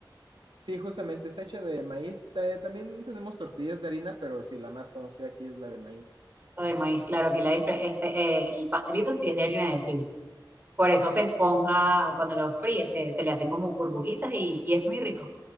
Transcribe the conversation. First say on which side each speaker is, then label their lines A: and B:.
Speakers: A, on the right; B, on the right.
A: Sí, justamente, está hecha de maíz. Ta- También tenemos tortillas de harina, pero sí, la más conocida aquí es la de maíz.
B: o de maíz. Claro que la, difre- este, eh, el pastelito sí es de harina de trigo. Por eso se esponja cuando lo fríes, se, se le hacen como burbujitas y, y es muy rico.